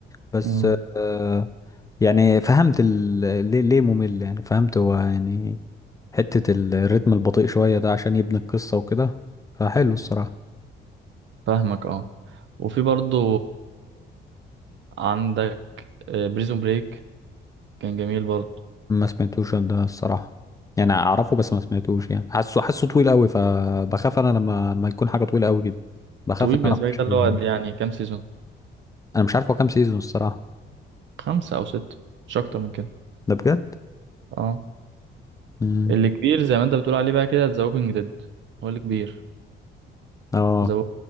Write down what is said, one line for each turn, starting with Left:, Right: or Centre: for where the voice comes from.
Left: بس
Right: مم.
Left: أه يعني فهمت ال... ليه ليه ممل يعني فهمت هو يعني حته ال- الريتم البطيء شويه ده عشان يبني القصه وكده فحلو الصراحه
Right: فاهمك اه وفي برضو عندك بريزون بريك كان جميل برضو
Left: ما سمعتوش ده الصراحة يعني اعرفه بس ما سمعتوش يعني حاسه حاسه طويل قوي فبخاف انا لما لما يكون حاجة طويلة قوي جدا بخاف
Right: طويل
Left: ان
Right: بالنسبة
Left: انا اخش
Right: لي ده
Left: فيها
Right: اللي هو
Left: يعني.
Right: قد يعني كام سيزون
Left: انا مش عارف هو كام سيزون الصراحة
Right: خمسة أو ستة مش أكتر من كده
Left: ده بجد
Right: اه
Left: امم
Right: اللي كبير زي ما أنت بتقول عليه بقى كده ذا ووكينج ديد هو اللي كبير
Left: اه
Right: ذا